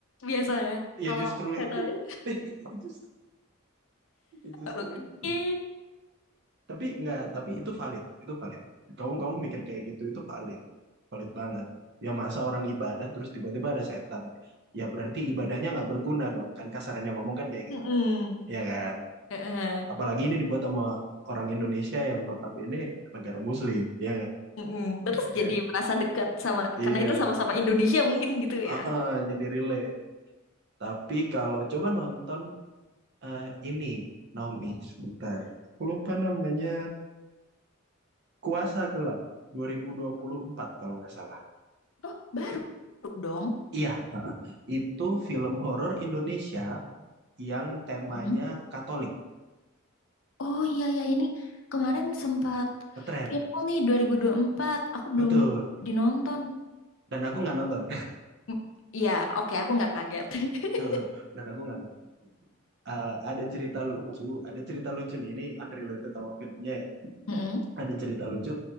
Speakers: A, on the left; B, on the right.
A: biasanya
B: <laughs> Ya
A: kalau
B: justru itu.
A: setan
B: <laughs> Justru, justru
A: oke
B: itu. Tapi nggak, tapi itu valid, itu valid. Kamu kamu mikir kayak gitu itu valid. Valid banget. Ya masa orang ibadah terus tiba-tiba ada setan. Ya berarti ibadahnya nggak berguna dong. Kan kasarannya ngomong kan kayak
A: Mm-mm.
B: gitu kan. Ya kan?
A: Eh, eh.
B: Apalagi ini dibuat sama orang Indonesia yang notabene negara muslim, ya kan?
A: Mm-mm. Terus
B: Eh,
A: jadi merasa dekat sama karena
B: iya.
A: itu sama-sama Indonesia mungkin gitu ya.
B: Heeh, jadi relate. Tapi kalau coba nonton eh, ini Naomi sebentar. Aku lupa namanya Kuasa Gelap 2024 kalau nggak salah.
A: Oh, baru dong.
B: Iya, heeh. itu film horor Indonesia yang temanya
A: Mm.
B: Katolik.
A: Oh iya ya ini kemarin sempat
B: Ngetren.
A: viral nih dua dua ribu dua puluh empat Aku belum
B: Betul.
A: dinonton.
B: Dan aku nggak nonton.
A: Mm, Iya, oke aku nggak kaget. <laughs>
B: <laughs> Dan aku nggak nonton. Eh, ada cerita lucu, ada cerita lucu nih, ini unrelated sama filmnya ya.
A: Mm-mm,
B: Ada cerita lucu,